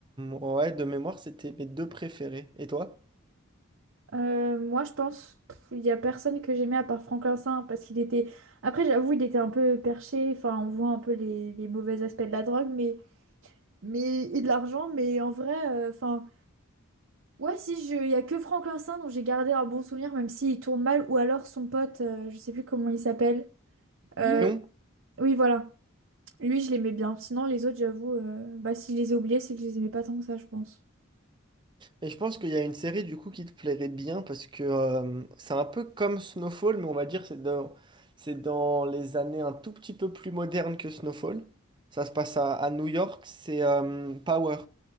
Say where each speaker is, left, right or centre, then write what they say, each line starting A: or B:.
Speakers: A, on the right (about 25°); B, on the right (about 65°).
A: ouais, de mémoire, c'était mes deux préférés. Et toi?
B: Euh, moi, je pense pff, il y a personne que j'aimais à part Franklin Saint parce qu'il était. Après, j'avoue, il était un peu perché. Enfin, on voit un peu les, les mauvais aspects de la drogue, mais mais et de l'argent. Mais en vrai, euh, enfin, ouais, si je, il y a que Franklin Saint dont j'ai gardé un bon souvenir, même s'il tourne mal, ou alors son pote, euh, je sais plus comment il s'appelle.
A: Léon?
B: Euh, oui, voilà. Lui, je l'aimais bien. Sinon, les autres, j'avoue, euh, bah, si je les ai oubliés, c'est que je les aimais pas tant que ça, je pense.
A: Et je pense qu'il y a une série du coup qui te plairait bien parce que euh, c'est un peu comme Snowfall, mais on va dire c'est dans, c'est dans les années un tout petit peu plus modernes que Snowfall. Ça se passe à, à New York, c'est euh, Power.